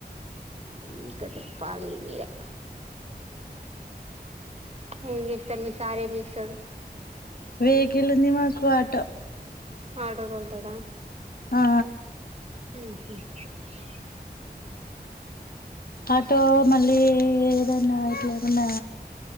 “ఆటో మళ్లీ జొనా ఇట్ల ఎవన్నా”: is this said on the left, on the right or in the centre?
Left